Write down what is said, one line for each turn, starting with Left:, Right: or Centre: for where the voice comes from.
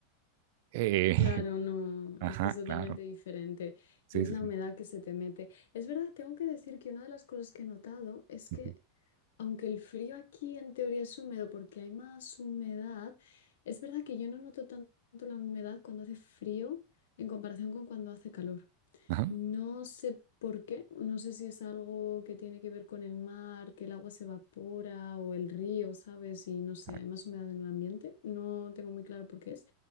Right: Eh,
Left: Claro, no,
Right: <laughs>
Left: es
Right: ajá,
Left: que es totalmente
Right: claro.
Left: diferente
Right: Sí,
Left: y es
Right: sí,
Left: la
Right: sí.
Left: humedad que se te mete. Es verdad, tengo que decir que una de las cosas que he notado es que
Right: Ujú.
Left: Aunque el frío aquí en teoría es húmedo porque hay más humedad, es verdad que yo no noto tanto la humedad cuando hace frío en comparación con cuando hace calor.
Right: Ajá,
Left: No sé por qué, no sé si es algo que tiene que ver con el mar, que el agua se evapora o el río, ¿sabes? Y no sé,
Right: ajá,
Left: hay más humedad en el ambiente. No tengo muy claro por qué es,